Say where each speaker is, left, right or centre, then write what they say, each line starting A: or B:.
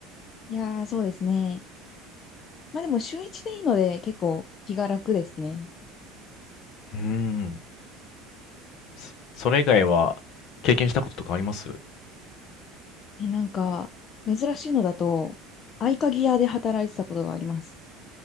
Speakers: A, on the left (about 35°); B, on the left (about 50°).
A: いやー、そうですね。まあでも週一でいいので結構気が楽ですね。
B: うーん。そそれ以外は、経験したこととかあります
A: え、なんか、珍しいのだと、合鍵屋で働いてたことがあります。